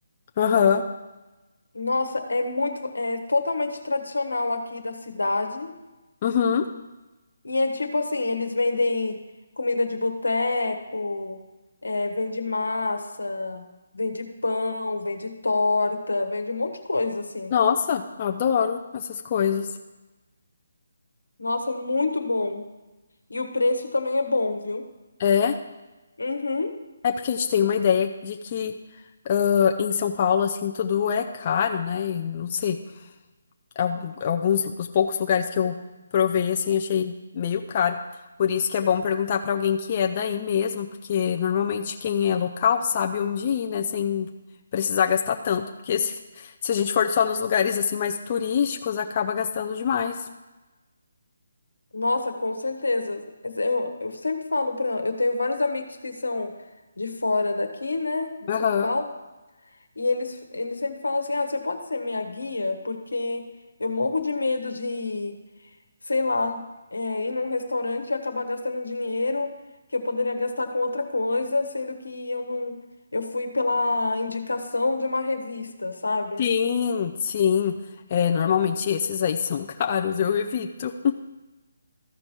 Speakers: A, on the left; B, on the left.
A: Aham.
B: Nossa, é muito, é totalmente tradicional aqui da cidade.
A: Uhum.
B: E é tipo assim, eles vendem comida de boteco, é, vende massa, vende pão, vende torta, vende um monte de coisa, assim.
A: Nossa, adoro essas coisas.
B: Nossa, muito bom. E o preço também é bom, viu?
A: É,
B: Uhum.
A: é porque a gente tem uma ideia de que ãh, em São Paulo, assim, tudo é caro, né? E não sei. algu- alguns, os poucos lugares que eu provei, assim, achei meio caro. Por isso que é bom perguntar pra alguém que é daí mesmo, porque normalmente quem é local sabe onde ir, né, sem precisar gastar tanto, porque se, se a gente for só nos lugares assim mais turísticos, acaba gastando demais.
B: Nossa, com certeza. Eu, eu sempre falo para, eu tenho vários amigos que são de fora daqui, né, de
A: Aham.
B: São Paulo, e eles eles sempre falam assim: "Ah, você pode ser minha guia, porque eu morro de medo de, sei lá, é, ir num restaurante e acabar gastando dinheiro que eu poderia gastar com outra coisa, sendo que eu não eu fui pela indicação de uma revista, sabe?
A: Sim, sim. É, normalmente esses aí são <laughs> caros, eu evito.